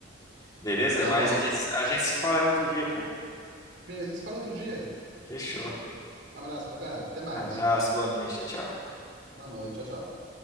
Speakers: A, on the left; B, on the right.
A: Beleza?
B: Tá
A: Mas
B: bom.
A: a gente, a gente se fala em outro dia, pô.
B: Beleza, a gente se fala outro dia.
A: Fechou.
B: Um abraço, meu caro. Até mais.
A: Abraço, boa noite. Tchau, tchau.
B: Boa noite. Tchau, tchau.